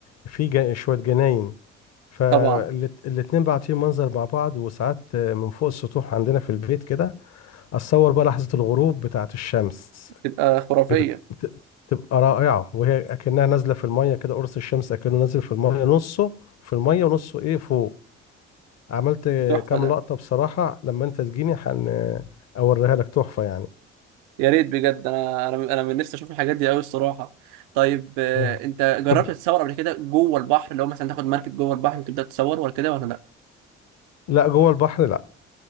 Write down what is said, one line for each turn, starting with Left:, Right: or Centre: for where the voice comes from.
Left: في جا- شوية جناين فالاتنين
Right: طبعا
Left: بعطيهم منظر مع بعض وساعات من فوق السطوح عندنا في البيت كده اتصور بقى لحظة الغروب بتاعة الشمس
Right: تبقى خرافيه
Left: بت- بت- بتبقى رائعة وهي أكنها نازلة في المية كده قرص الشمس أكنه نازل في المية نصه في المية ونصه إيه فوق عملت
Right: تحفه
Left: كام
Right: ده
Left: لقطة بصراحة لما أنت تجيني هن أوريها لك تحفة يعني
Right: يا ريت بجد انا انا انا من نفسي اشوف الحاجات دي قوي الصراحه طيب آه،
Left: اه
Right: انت جربت
Left: طب
Right: تتصور قبل كده جوه البحر اللي هو مثلا تاخد مركب جوه البحر وتبدا تصور ولا كده ولا لا
Left: لا جوه البحر لا